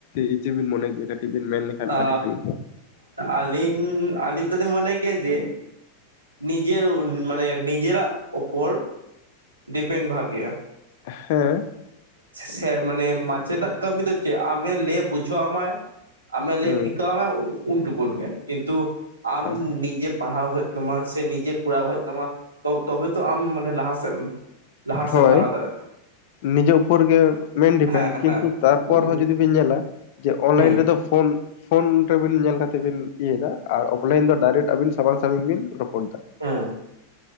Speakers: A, on the left; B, on the right.
A: ᱤᱡᱤ ᱵᱤᱱ ᱢᱚᱱᱮ ᱜᱮᱭᱟ? ᱠᱟᱹᱴᱤᱡ ᱵᱤᱱ ᱢᱮᱱ ᱞᱮᱠᱷᱟᱱ
B: ᱟ
A: ᱟᱹᱰᱤ ᱵᱷᱟᱹᱜᱤ ᱠᱚᱜᱼᱟ
B: ᱼᱟᱹᱞᱤᱧ ᱟᱹᱞᱤᱧ ᱫᱚᱞᱤᱧ ᱢᱚᱱᱮ ᱜᱮᱭᱟ ᱡᱮ ᱱᱤᱡᱮᱨ ᱢᱟᱱᱮ ᱱᱤᱡᱮᱨᱟᱜ ᱩᱯᱚᱨ ᱰᱤᱯᱮᱱᱰ ᱵᱷᱟᱜᱮᱭᱟ᱾
A: ᱦᱮᱸ᱾
B: ᱥᱮᱨ ᱢᱟᱱᱮ ᱢᱟᱪᱮᱫᱟᱜ ᱠᱟᱹᱢᱤ ᱫᱚ ᱪᱮᱫ ᱟᱢᱮ ᱞᱮᱭ ᱵᱩᱡᱷᱟᱹ ᱟᱢᱟᱭ᱾ ᱟᱢᱮ ᱞᱟᱹᱭ
A: ᱦᱩᱸ
B: ᱴᱷᱤᱠᱟ ᱟᱢᱟ ᱩᱱ ᱴᱩᱠᱩᱱ ᱜᱮ ᱠᱤᱱᱛᱩ ᱟᱢ
A: ᱦᱮᱸ
B: ᱱᱤᱡᱮ ᱯᱟᱲᱦᱟᱣ ᱦᱩᱭᱩᱜ ᱛᱟᱢᱟ ᱥᱮ ᱱᱤᱡᱮ ᱠᱚᱨᱟᱣ ᱦᱩᱭᱩᱜ ᱛᱟᱢᱟ᱾ᱛᱚ ᱛᱚᱵᱮ ᱛᱚ ᱟᱢ ᱢᱟᱱᱮ ᱞᱟᱦᱟ ᱥᱮᱜ ᱮᱢ ᱞᱟᱦᱟᱥᱮᱜ
A: ᱦᱳᱭ
B: ᱮᱢ ᱞᱟᱦᱟ ᱫᱟᱲᱮᱭᱟᱜᱼᱟ᱾
A: ᱱᱤᱡᱮ ᱩᱯᱚᱨ ᱜᱮ ᱢᱮᱱ ᱰᱤᱯᱮᱱ᱾
B: ᱦᱮᱸ
A: ᱠᱤᱱᱛᱩ ᱛᱟᱨᱯᱚᱨ
B: ᱦᱮᱸ
A: ᱦᱚᱸ ᱡᱩᱫᱤᱵᱤᱱ ᱧᱮᱞᱟ, ᱡᱮ ᱚᱱᱞᱟᱭᱤᱱ
B: ᱦᱮᱸ ᱦᱮᱸ
A: ᱨᱮᱫᱚ ᱯᱷᱳᱱ ᱯᱷᱳᱱ ᱨᱮᱵᱤᱱ ᱧᱮᱞ ᱠᱟᱛᱮ ᱵᱤᱱ ᱤᱭᱟᱹᱭᱮᱫᱟ ᱟᱨ ᱚᱯᱷᱞᱟᱭᱤᱱ ᱫᱚ ᱰᱟᱭᱨᱮᱠᱴ ᱟᱵᱤᱱ ᱥᱟᱢᱟᱝ ᱥᱟᱢᱱᱤ ᱵᱤᱱ ᱨᱚᱯᱳᱲ ᱫᱟ᱾
B: ᱦᱮᱸ